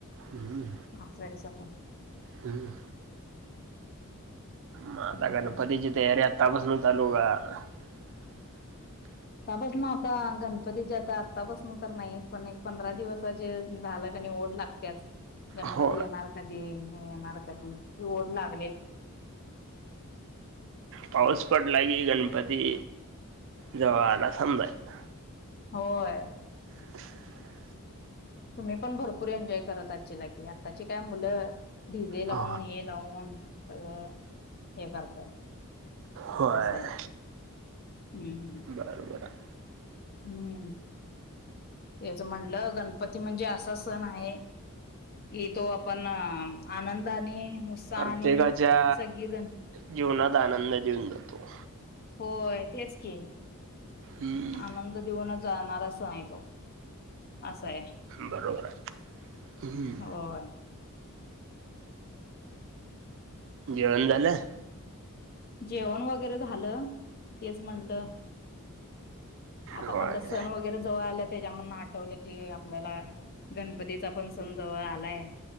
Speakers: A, on the right; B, on the left.
A: हम्म
B: असंय सगळं
A: हम्. म आता
B: हम्म
A: गणपतीची तयारी आता- - तापसन चालू करा आता --
B: आता पसन आता गणपतीज आता आत्ता पसन तर नाही पण एक पंधरा दिवसाचे झालं आणि ओढ लागत्याचं. गणपती
A: हो
B: येणार कधी? ह येणार कधी? ती ओढ लाग --
A: पाऊस पडला की गण -- पती जवळ आला समजायचं
B: होय.
A: <inaudible>
B: तुम्ही पण भरपूर एन्जॉय करत असचिला की आत्ताची काय मुलं डी जे लावून
A: हो
B: हे लावून <unintelligible> हे करताय
A: होय,
B: असं आहे हम्म.
A: बरोबर आहे.
B: हम्म, तेच म्हटलं गणपती म्हणजे असा सण आहे कि तो आपण आनंदाने. उत्साहाने
A: प्रत्येकाच्या
B: सगळीजण
A: जीवनात. आनंद देऊन जातो.
B: होय, तेच की.
A: हम्म,
B: आनंद देऊनच. जाणार सन आहे तो, असं आहे.
A: बरोबर आहे, हम्म.
B: होय
A: जेवण झालं?
B: जेवण वगैरे झालं. तेच म्हणलं, आता
A: होय
B: म्हणलं सण वगैरे जवळ आल्या त्याच्यामूळ आठवलं की आपल्याला गणपतीचा पण सण जवळ आलाय,